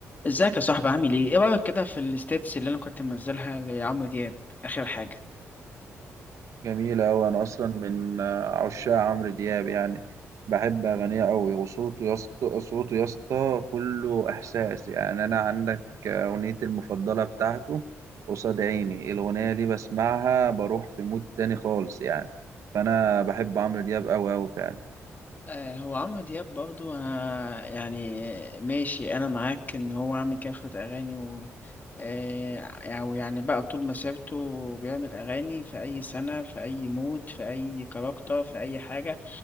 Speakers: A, on the left (about 30°); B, on the right (about 70°).
A: ازيك يا صاحبي عامل ايه؟ ايه رأيك كده في الستيتس اللي انا كنت منزلها لعمرو دياب اخر حاجة؟
B: جميلة أوي أنا أصلا من آه، عشاق عمرو دياب يعني بحب أغانيه أوي وصوته يا اسطى صوته يا اسطى كله إحساس يعني أنا عندك آه، أغنيتي المفضلة بتاعته قصاد عيني الأغنية دي بسمعها بروح في مود تاني خالص يعني فأنا بحب عمرو دياب أوي أوي فعلا
A: آه هو عمرو دياب برضو آه يعني ماشي انا معاك ان هو عامل كافة اغاني و آه او يعني بقى طول مسيرته بيعمل اغاني في اي سنة في اي مود في اي كاركتر في اي حاجة